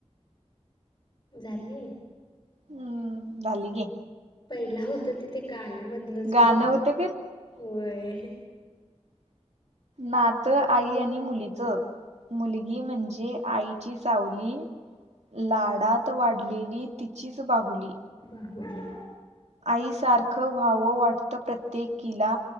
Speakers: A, on the left; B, on the right.
A: झाली.
B: हम्म झाली की
A: पइला होत त ते गाण्यामदलंच
B: गाणं
A: होत
B: होतं
A: वय.
B: नात आई आणि मुली च मुलगी म्हणजे आईची सावली. लाडात वाडलेली तिचीच बाहुली
A: बाहुली
B: आई सारखं व्हावं वाटत प्रत्येकीला